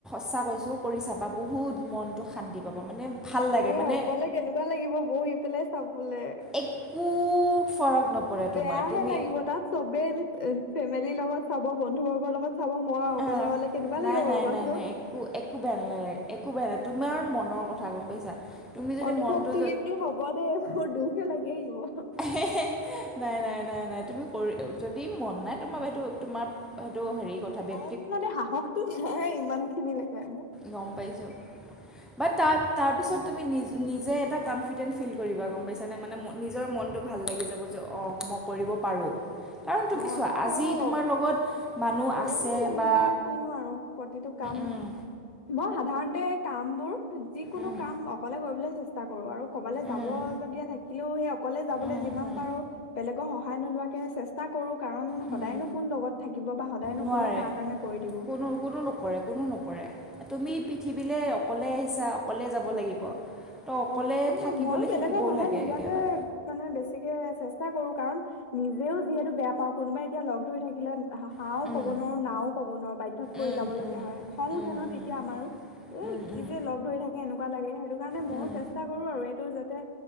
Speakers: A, in the centre; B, on the left (about 50°).
A: সচা কৈছো কৰি চাবা বহুত মনটো শান্তি পাবা মানে। ভাল লাগে
B: এ,
A: মানে
B: অকলে কেনেকুৱা লাগিব বহি পেলাই চাবলে।
A: একো ফৰক নপৰে তোমাৰ
B: বেয়াহে
A: তুমি
B: লাগিব তাত চবেই এ। ফেমিলিৰ লগত চাব বন্ধুবৰ্গৰ লগত। চাব মই অকলে
A: অ,
B: অকলে কেনেকুৱা
A: নাই
B: লাগিব
A: -
B: বাৰু
A: নাই
B: কোৱাচোন
A: - নাই - নাই একো একো বেয়া নালাগে একো বেয়া নাই তোমাৰ মনৰ কথা। গ'ম পাইছা। তুমি যদি
B: অনুভৱতটো
A: মনটো
B: কিন্তু হ'ব দেই মোৰ দুখে লাগি আহিব।
A: হে - হে, নাই - নাই - নাই - নাই তুমি। যদি মন নাই তোমাৰ সেইটো তোমাৰ সেইটো হেৰি কথা ব্য
B: মোৰ মানে সাহসটো নাই ইমানখিনিলেকে।
A: গ'ম পাইছো বাত তাৰ পিছত তুমি নি নিজে এটা কাম কমফিডেণ্ট ফিল কৰিবা গম পাইছানে মানে নিজৰ মনটো ভাল লাগি যাব যে অ মই কৰিব পাৰো। কাৰণ তুমি
B: অ
A: চোৱা
B: সেয়া
A: আজি
B: হয় বাৰু
A: তোমাৰ লগত মানুহ
B: কৰিবই
A: আছে
B: লাগিব
A: বা
B: কিনো আৰু প্ৰতিটো কাম মই
A: উম
B: সাধাৰণতে কামবোৰ যিকোনো
A: উম
B: কাম অকলে কৰিবলে চেষ্টা কৰো আৰু ক'বালে যাবলগীয়া
A: উম
B: থাকিলেও সেই অকলে যাবলে
A: উম
B: যিমান
A: হুম
B: পাৰো বেলেগৰ সহায় নোলোৱাকে চেষ্ট কাৰণ
A: হুম
B: সদায়নো কোন লগত থাকিব বা সদায়নো
A: নোৱাৰে
B: কোনে কাৰ কাৰণে কৰি দিব।
A: কোনো কোনো নকৰে কোনো নকৰে তুমি পৃথিৱীলৈ অকলে আহিছা অকলে যাব লাগিব। তো অকলে
B: অ সেইকাৰণে
A: থাকিবলৈ
B: মইয়ো বেলেগৰ
A: শিকিবও
B: সহায়
A: লাগে
B: নোলোৱাতে
A: কেতিয়াবা
B: মানে বেছিকে চেষ্টা কৰো কাৰণ নিজেও যিহেতু বেয়া পাওঁ কোনোবাই এতিয়া লগ ধৰি থাকিলে হাও
A: উম
B: ক'ব নোৱাৰো নাও ক'ব নোৱাৰো বাধ্যত পৰি
A: উম
B: যাবলগীয়া
A: উম
B: হয় খং
A: উম
B: উঠে ন
A: উম
B: তেতিয়া আমাৰো।
A: উম
B: এই কি
A: উম
B: যে লগ ধৰি থাকে এনেকুৱা লাগে সেইটো কাৰণে
A: উম
B: মইয়ো
A: উম
B: কৰো আৰু এইটো যাতে